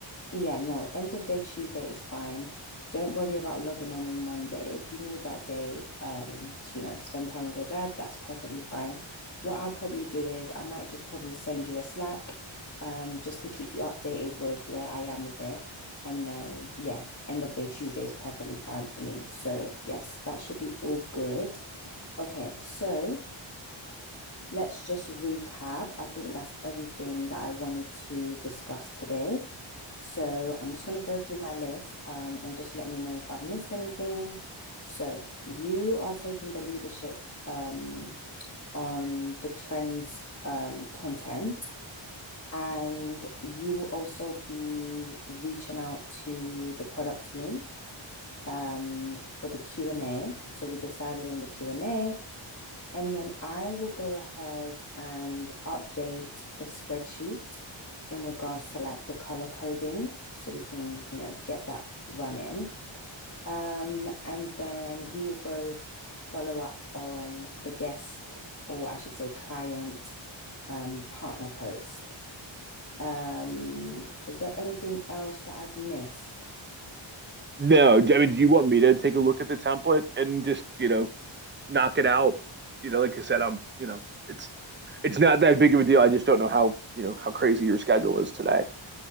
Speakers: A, on the left (about 30°); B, on the right (about 25°).
A: Yeah, no, end of day Tuesday is fine. Don't worry about logging on on Monday. If you need that day, um, to, you know, spend time with your dad, that's perfectly fine. What I'll probably do is I might just probably send you a Slack, um, just to keep you updated with where I am with it. And then, yeah, end of day Tuesday is perfectly fine for me. So, yes, that should be all good. Okay, so. let's just recap. I think that's everything that I wanted to discuss today. So I'm just going to go through my list um, and just let me know if I've missed anything. So you are taking the leadership um, on the trends um, content, and you will also be reaching out to the product team um, for the Q&A. So we decided on the Q&A and then I will go ahead and update the spreadsheet in regards to like the color coding so we can, you know, get that running. Um, and then we will both follow up on the guest, or I should say, client um, partner post. Um, is there anything else that I've missed?
B: No, I mean, do you want me to take a look at the template and just, you know, knock it out? You know, like I said, I'm, you know, it's it's not that big of a deal. I just don't know how, you know, how crazy your schedule is today.